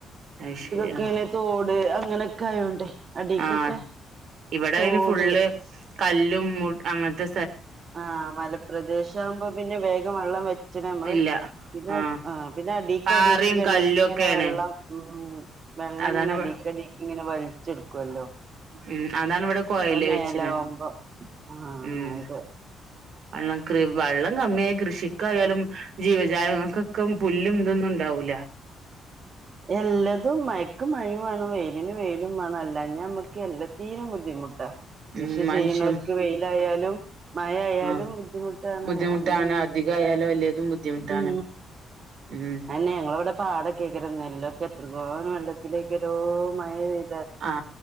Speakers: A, on the right; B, on the right.
A: അയ്ശരി
B: ക്കെനെ
A: ആ
B: തോട്. ങ്ങനെ കായൊണ്ടെ അടീക്കൊക്കെ
A: ആ ഇവിടെ
B: തോട്
A: അയിന് ഫുള്ള് കല്ലും മു അങ്ങൻത്തെ
B: ആഹ് മലപ്രദേശ ആകുമ്പോ പിന്നെ വേഗം വെള്ളം വെച്ചണ് നമ്മള്
A: ഇല്ല
B: പിന്നെ
A: ആഹ്
B: ആ പിന്നെ അടീക്ക്ടിക്ക്
A: പാറയും
B: കിണർക്ക്
A: കല്ലും
B: ഇങ്ങനെ
A: ഒക്കെയാണ്
B: വെള്ളം ഉം. വെള്ളം
A: അതാണ്
B: ഇങ്ങനെ അടക്കടിക്ക് ഇങ്ങനെ വൽച്ചെടുക്കല്ലോ?
A: മ് അതാണ് ഇവിടെ കൊയല്
B: മേലാവുമ്പോ
A: വെച്ചിന്
B: ആ
A: ഉം
B: അതെ
A: വള്ളം കൃ വള്ളം കമ്മിയായ കൃഷിക്കായാലും ജീവജാലങ്ങൾക്കൊക്കെ പുല്ലും ഇതൊന്നും ഇണ്ടാവൂല.
B: എല്ലെതും മയെക്ക് മഴയും വേണം വെയിലിന് വെയിലും. മാണല്ലേ അല്ലാഞ്ഞ നമ്മക്ക് എല്ലെ ത്തീനും ബുദ്ധിമുട്ടാ. കൃഷി
A: ഉം മനുഷ്യൻ
B: ചെയ്യുന്നോര്ക്ക് വെയിലായാലും മഴ ആയാലും
A: ആഹ്
B: ബുദ്ധിമുട്ടാണ്.
A: ബുദ്ധിമുട്ടാണ്
B: അങ്ങനെണ്.
A: അധികായാലും എല്ലേതും ബുദ്ധിമുട്ടാണ്
B: മ്
A: ഉം
B: അയെന്നെ ഞങ്ങളിവിടെ പാടയ്ക്കെക്കി ഇന്റെ നെല്ലൊക്കെ എത്രങ്ങാനും വെള്ളത്തിലേക്കെരോ മഴപെയ്‌
A: ആ